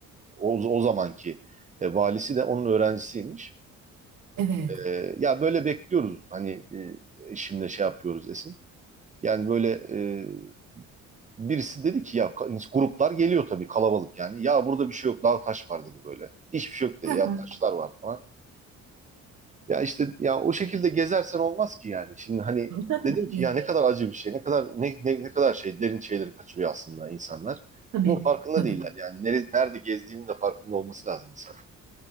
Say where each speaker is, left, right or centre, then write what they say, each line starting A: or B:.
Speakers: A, on the right; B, on the right.
A: o, o zamanki e, valisi de onun öğrencisiymiş.
B: Evet.
A: E, ya böyle bekliyoruz hani e, şimdi şey yapıyoruz Esin. Yani böyle e, birisi dedi ki ya gruplar geliyor tabii kalabalık yani. Ya burada bir şey yok daha taş var dedi böyle. Hiçbir şey yok dedi
B: Ha
A: ya
B: ha.
A: taşlar var falan. Ya işte ya o şekilde gezersen olmaz ki yani. Şimdi hani
B: tabii.
A: dedim ki ya ne kadar acı bir şey. Ne kadar ne, ne, ne kadar şey derin şeyleri kaçırıyor aslında insanlar.
B: Tabii,
A: Bunun farkında
B: tabii.
A: değiller yani. Nerede, nerede gezdiğinin de farkında olması lazım insan.